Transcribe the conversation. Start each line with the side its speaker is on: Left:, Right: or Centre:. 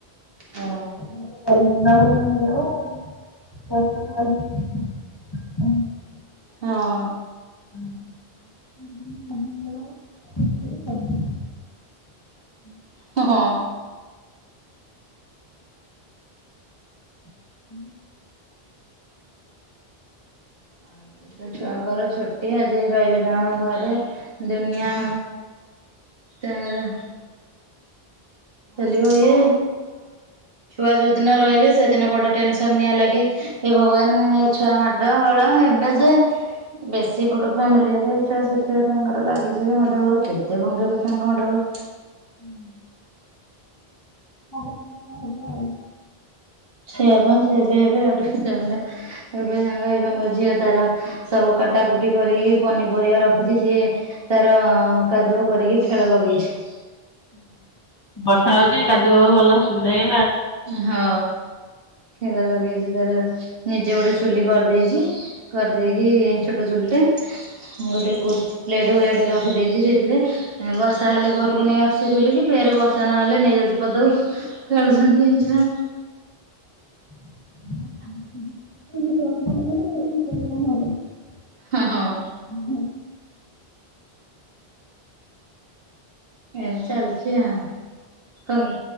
Right: ହଁ।
Left: <unintelligible>
Right: ହଁ।
Left: <unintelligible>
Right: ହଁ ହଁ।
Left: ହୁଁ।
Right: ଆ ଏ ଛୁଆଙ୍କର ଛୁଟି ଆଜି ରହିବେ ତାଙ୍କର ଘରେ ଦୁନିଆ ତାର ପେଲିବ ଇଏ। ଛୁଆ ଯୋଉଦିନ ରହିବେ ସେଦିନ ବଡ଼ ଟେନସନ ନିଆଁ ଲାଗି ଏ ଭଗବାନ ଏ ଛୁଆ ମାଡ ଗୋଳ ଏବେ ଯେ ବେଶୀ ବଡ଼ ଫ୍ୟାମିଲି ହେଲେ ଛୁଆ ସେତେ ତାଙ୍କର ଲାଗିଯିବି ମାଡଗୋଳ କେତେ ଭାଙ୍ଗିବୁ ଛୁଆଙ୍କ ମଡଗୋଳ।
Left: ହୁଁ। ହବ ସେମିତି ହବ ଆଉ।
Right: ସେଇଆ ପା ସେ ଏବେ ଏବେ ଅଧିକ ଚଗଲା ଏବେ ସାଙ୍ଗ ହେଇପା ମୋ ଝିଅ ତାର ସବୁ କାଟାକୁଟି କରିକି। ପନିପରିବା ରଖିଛି ସିଏ ତାର କାଦୁଅ କରିକି ଖେଳ ଲଗେଇଛି।
Left: ଵର୍ଷା ହଉଛି କାଦୁଅ ହବାକୁ ଭଲ ସୁବିଧା ହେଇ
Right: ହଁ। ଖେଳ ଲଗେଇଛି ତାର ନିଜେ ଗୋଟେ ଚୁଲି କରିଦେଇଛି କରିଦେଇକି
Left: ହୁଁ।
Right: ଛୋ ଟ ଚୁଲିଟେ ଗୋଟେ ପ୍ଲେଟ ଭଳିଆଟେ ରଖିଦେଇଛି ସେଥିରେ ବର୍ଷା ହେଲେ ଘରୁ କୁ ନେଇ ଆସୁଛି ଚୁଲିକି ଫେରେ ବର୍ଷା ନହେଲେ ନେଇଯାଉଛି ପଦାକୁ ଖେଳୁଛନ୍ତି ଛୁଆ।
Left: <unintelligible>
Right: ହଁ ହଁ।
Left: ହୁଁ।
Right: ଏମତି ଚାଲିଚି ଆଉ କଣ